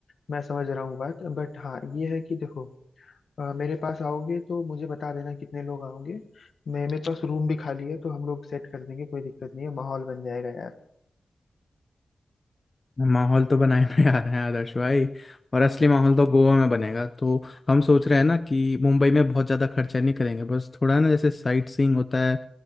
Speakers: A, on the left; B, on the left.
A: मैं समझ रहा हूँ बात बट हाँ ये है कि देखो अ, मेरे पास आओगे तो मुझे बता देना कितने लोग आओगे मैं मेरे पास रूम भी खाली है तो हम लोग सेट कर देंगे कोई दिक्कत नहीं है माहौल बन जाएगा यार
B: माहौल तो बनाए जा रहे हैं आदर्श भाई और असली माहौल तो गोवा में बनेगा तो हम सोच रहे हैं ना कि मुंबई में बहुत ज़्यादा खर्चा नहीं करेंगे बस थोड़ा ना जैसे साइट सीइंग होता है